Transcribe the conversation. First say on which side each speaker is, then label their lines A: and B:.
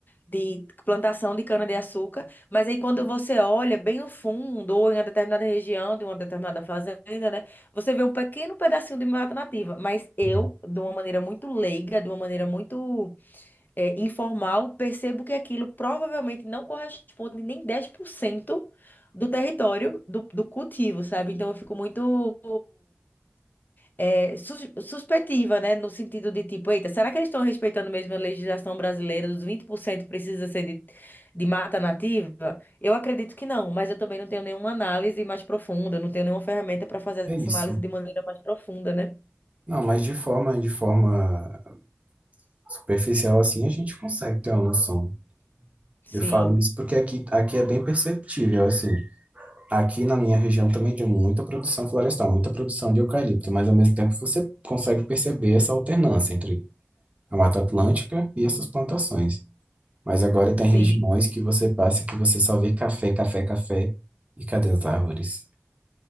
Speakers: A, on the left; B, on the right.
A: de plantação de cana-de-açúcar, mas aí quando você olha bem no fundo, ou em uma determinada região de uma determinada fazenda, né, você vê um pequeno pedacinho de mata nativa. Mas eu,
B: Hum,
A: de uma maneira muito leiga, de uma maneira muito eh, informal, percebo que aquilo provavelmente não corresponde nem 10% do território do, do cultivo, sabe? Então eu fico muito é, sus- suspeitiva, né? No sentido de tipo, eita, será que eles estão respeitando mesmo a legislação brasileira dos 20% precisa ser de, de mata nativa? Eu acredito que não, mas eu também não tenho nenhuma análise mais profunda, não tenho nenhuma ferramenta para fazer
B: É isso.
A: essa análise de maneira mais profunda, né?
B: Não, mas de forma, de forma superficial assim, a gente consegue ter uma noção.
A: Sim,
B: Eu falo isso porque aqui, aqui é bem perceptível, assim. Aqui na minha região também tem muita produção florestal, muita produção de eucalipto, mas ao mesmo tempo você consegue perceber essa alternância entre a Mata Atlântica e essas plantações. Mas agora tem
A: sim.
B: regiões que você passa que você só vê café, café, café. E cadê as árvores?